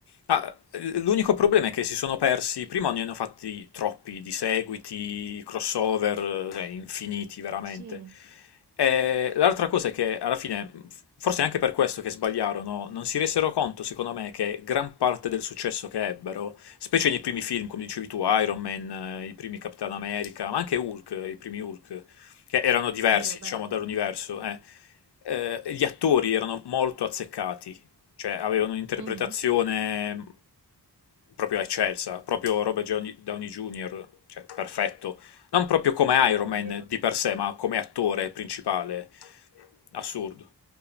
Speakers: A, on the left; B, on the right.
A: Ah, l- l'unico problema è che si sono persi, prima ne hanno fatti troppi di seguiti, crossover, eh, cioè, infiniti veramente.
B: Sì,
A: E l'altra cosa è che alla fine, forse è anche per questo che sbagliarono, non si resero conto, secondo me, che gran parte del successo che ebbero, specie nei primi film, come dicevi tu, Iron Man, eh, i primi Capitan America, ma anche Hulk, eh, i primi Hulk, che erano diversi,
B: vero,
A: diciamo,
B: bella cosa.
A: dall'universo, eh, eh, gli attori erano molto azzeccati. Cioè, avevano un'interpretazione
B: Mhm,
A: mm, proprio eccelsa, proprio Robert Gio- Downey Jr., cioè, perfetto. Non proprio come Iron
B: vero.
A: Man di per sé, ma come attore principale, assurdo.